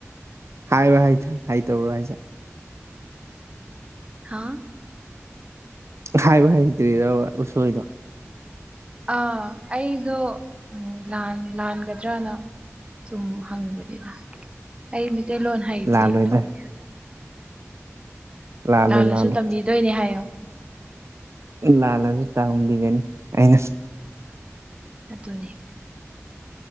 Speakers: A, on the right; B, on the right.
A: ꯍꯥꯏꯕ ꯍꯩꯊ ꯍꯩ ꯇꯧꯔ ꯍꯥꯏꯖꯦ꯫
B: ꯍꯥꯥ
A: ꯍꯥꯏꯕ ꯍꯥꯏꯇ꯭ꯔꯤꯔꯕ ꯎꯁꯣꯏꯗꯣ꯫
B: ꯑꯥ ꯑꯩꯗꯣ ꯂꯥꯟ ꯂꯥꯟꯒꯗ꯭ꯔꯅ꯫ ꯁꯨꯝ ꯍꯪꯕꯅꯤꯗ ꯑꯩ ꯃꯤꯇꯩꯩꯂꯣꯟ ꯍꯩꯇꯦ
A: ꯂꯥꯜꯂꯣꯏꯗ
B: ꯑꯗꯨꯒꯤꯗꯤ꯫
A: ꯂꯥꯜꯂꯣꯏ
B: ꯂꯥꯜꯂꯁꯨ
A: ꯂꯥꯜꯂꯣꯏ
B: ꯇꯝꯕꯤꯗꯣꯏꯅꯦ ꯍꯥꯏꯌꯣ꯫
A: ꯂꯥꯜꯂꯖꯨ ꯇꯥꯝꯕꯤꯒꯅꯤ ꯑꯩꯅ꯫
B: ꯑꯗꯨꯅꯤ